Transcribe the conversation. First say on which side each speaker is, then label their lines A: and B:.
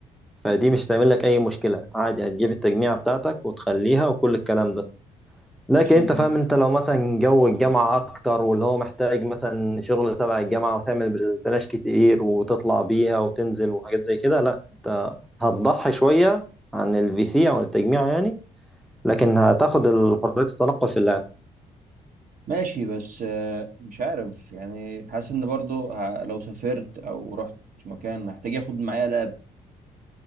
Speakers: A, in the centre; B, on the right.
A: فدي مش هتعمل لك اي مشكله عادي هتجيب التجميعه بتاعتك وتخليها وكل الكلام ده لكن
B: عشان
A: انت فاهم انت لو مثلا جو الجامعه اكتر واللي هو محتاج مثلا شغل تبع الجامعه وتعمل برزنتيشن كتير وتطلع بيها وتنزل وحاجات زي كده لا انت هتضحي شويه عن البي سي او التجميع يعني لكن هتاخد حريه التنقل في اللعب
B: ماشي بس آه، مش عارف يعني حاسس ان برضو ه- لو سافرت او رحت مكان هحتاج اخد معايا لاب